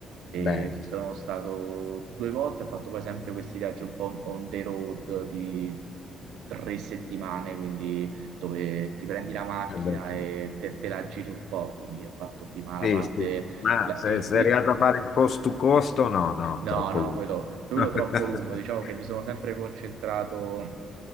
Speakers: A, on the right; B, on the left.
A: e
B: Belli.
A: ci sono stato due volte, ho fatto poi sempre questi viaggi un po' on the road di tre settimane, quindi dove ti prendi la macchina
B: Eh beh, sì.
A: e te, te la giri un po', quindi ho fatto prima la
B: Sì,
A: parte...
B: sì. Ma
A: La-
B: se
A: il
B: sei
A: pri-
B: arrivato a fare il cost to costo, no, no,
A: No,
B: troppo
A: no,
B: lungo.
A: quello, quello
B: <laughs>
A: troppo lungo. Diciamo che mi sono sempre concentrato